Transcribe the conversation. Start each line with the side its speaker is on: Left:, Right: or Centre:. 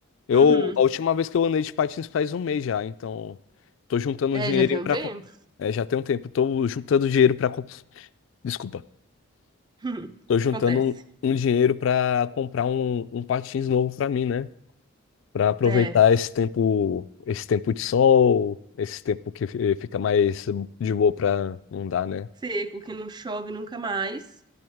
Left: eu
Right: Uhum.
Left: a última vez que eu andei de patins faz um mês já, então tô juntando
Right: É,
Left: um dinheirinho
Right: já tem um
Left: para
Right: tempo.
Left: é, já tem um tempo, tô juntando dinheiro para desculpa,
Right: <laughs>
Left: tô juntando
Right: Acontece.
Left: um, um dinheiro pra comprar um, um patins novo pra mim, né? para aproveitar
Right: É,
Left: esse tempo, esse tempo de sol, esse tempo que fi- fica mais de boa para andar, né?
Right: seco, que não chove nunca mais.